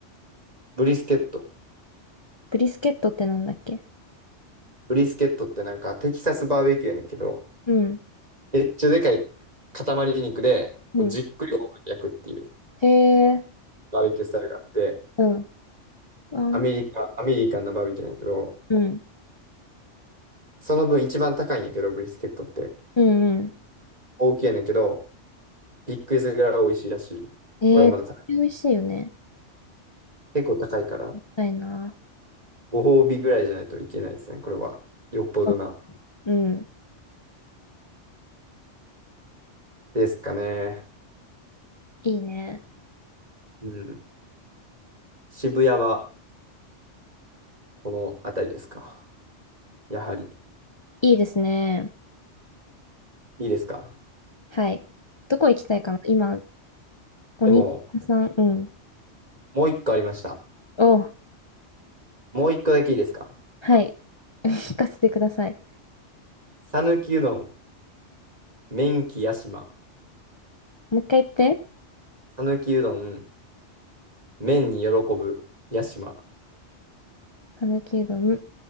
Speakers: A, on the right; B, on the left.
A: ブリスケット。
B: ブリスケットってなんだっけ
A: ブリスケットってなんかテキサスバーベキューやねんけど、
B: うん。
A: めっちゃでかい塊肉で、こうじっくりオーブンで焼くっていう
B: うんへえ、
A: バーベキュースタイルがあって、
B: うん。あ、
A: アメリカ、
B: な、
A: アメリカンなバーベキューやねんけど、
B: うん。
A: その分一番高いんやけど、ブリスケットって。
B: うんう
A: 大きいやねんけど、ビッグイズぐらい美味しいらしい。
B: ん。えー、
A: 俺はまだ食べ
B: 美味しいよね。
A: 結構高いから。
B: したいな。
A: ご褒美ぐらいじゃないといけないですね。これは。よっぽどな。
B: あうん。
A: ですかね。
B: いいね。
A: うん。渋谷はこの辺りですか。やはり。
B: いいですね。
A: いいですか。
B: はい。どこ行きたいかな今、お肉屋さん、
A: でも、
B: うん。
A: もう一個ありました。
B: お、
A: もう一個だけいいですか。
B: はい。<laughs> 聞かせてください。
A: 讃岐うどん、麺喜屋島。
B: もう一回言って。
A: 讃岐うどん、麺に喜ぶ屋島。
B: 讃岐うどん、